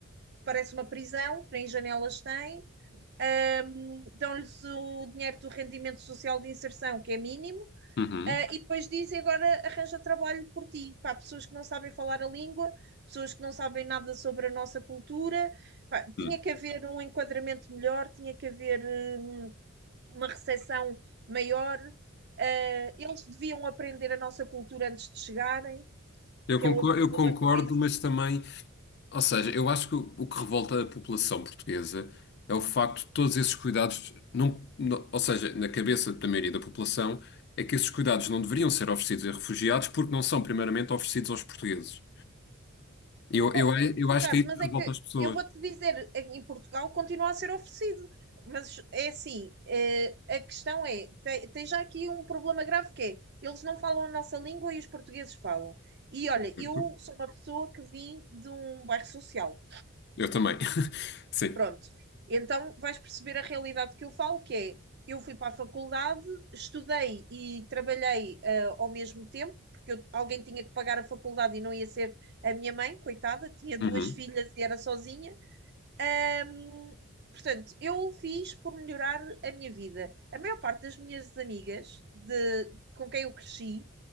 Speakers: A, on the right; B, on the left.
A: que parece uma prisão, que nem janelas tem, um, dão-lhes o dinheiro do rendimento social de inserção, que é mínimo,
B: uhum,
A: Uh, e depois dizem agora arranja trabalho por ti. Pá, pessoas que não sabem falar a língua, pessoas que não sabem nada sobre a nossa cultura. Pá, tinha
B: uhum.
A: que haver um enquadramento melhor, tinha que haver uh, uma recepção maior. Uh, eles deviam aprender a nossa cultura antes de chegarem,
B: Eu
A: que
B: concordo,
A: é outro problema
B: eu concordo,
A: que também existe.
B: mas também Ou seja, eu acho que o o que revolta a população portuguesa é o facto de todos esses cuidados não, não- ou seja, na cabeça da maioria da população, é que esses cuidados não deveriam ser oferecidos a refugiados porque não são primeiramente oferecidos aos portugueses. Eu,
A: Oh,
B: eu,
A: oh,
B: eu
A: Ricardo,
B: acho que é isso
A: mas
B: que revolta
A: é que
B: as pessoas.
A: eu vou-te dizer, em Portugal continua a ser oferecido. Mas é assim, eh, a questão é, tem, tem já aqui um problema grave que é, eles não falam a nossa língua e os portugueses falam. E olha,
B: Certo?
A: eu sou uma pessoa que vim de um bairro social.
B: Eu também. <laughs> Sim.
A: Pronto. Então vais perceber a realidade que eu falo, que é eu fui para a faculdade, estudei e trabalhei ah, ao mesmo tempo, porque eu- alguém tinha que pagar a faculdade e não ia ser a minha mãe, coitada, tinha duas
B: Uhum.
A: filhas e era sozinha. Ahm, portanto, eu fiz por melhorar a minha vida. A maior parte das minhas amigas de, com quem eu cresci